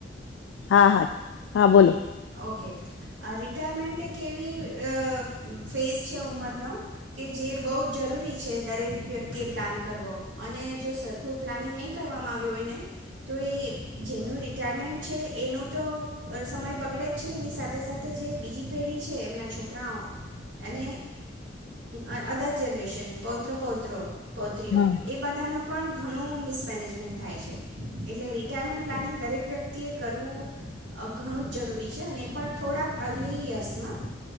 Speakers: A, on the left; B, on the right.
A: હા હા હા બોલ
B: ઓકે આ રિટાયરમેન્ટ એક એવી ફેઝ છે ઉમરનો કે જે બહુ જ જરૂરી છે દરેક વ્યક્તિએ પ્લાન કરવો અને જો સરખું પ્લાનિંગ નહીં કરવામાં આવ્યું હોય ને તો એ જેનું રિટાયરમેન્ટ છે એનું તો સમય આગળ જ છે એની સાથે સાથે જે બીજી પેઢી છે એમના છોકરાઓ અને અ અદા જ જનરેશન પૌત્ર પૌત્રો પૌત્રીઓ
A: હમ
B: એ બધાનું પણ ઘણું મિસમેનેજમેન્ટ થાય છે એટલે રિટાયરમેન્ટ પ્લાનિંગ દરેક વ્યક્તિએ કરવું અ ઘણું જ જરૂરી છે એને પણ થોડા અર્લી ઈયરશ માં